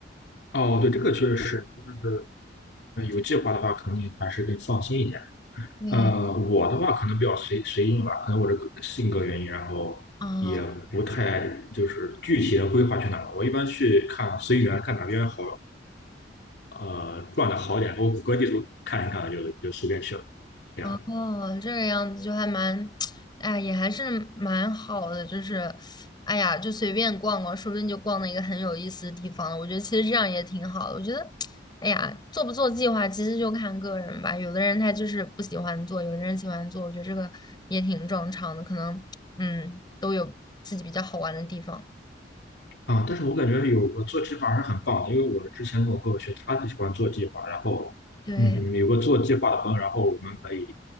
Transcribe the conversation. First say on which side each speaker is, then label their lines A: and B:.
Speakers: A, on the left; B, on the left.
A: 哦，对，这个确实是，就是呃有计划的话，肯定还是更放心一点。
B: 对。
A: 呃，我的话可能比较随随性吧，可能我这个性格原因，然后也不太就是具体的规划去哪儿。
B: 啊。
A: 我一般去看随缘，看哪边好，呃，转的好点，我谷歌地图看一看就就随便去了。这样。
B: 哦，这个样子就还蛮，<tsk> 哎呀，也还是蛮好的，就是，哎呀，就随便逛逛，说不定就逛到一个很有意思的地方了。我觉得其实这样也挺好的。我觉得，<tsk> 哎呀，做不做计划其实就看个人吧。有的人他就是不喜欢做，有的人喜欢做，我觉得这个也挺正常的。可能，嗯，都有自己比较好玩的地方。
A: 啊，但是我感觉有个做计划还是很棒的，因为我之前跟我朋友去，他就喜欢做计划，然后，
B: 对，
A: 嗯，有个做计划的朋友，然后我们可以，